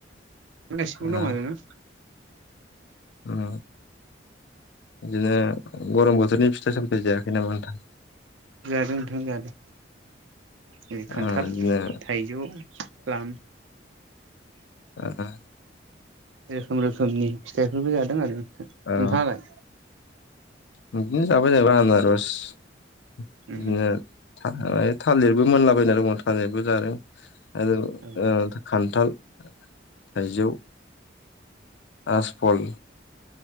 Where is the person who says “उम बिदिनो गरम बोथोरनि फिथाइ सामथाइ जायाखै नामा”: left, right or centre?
Left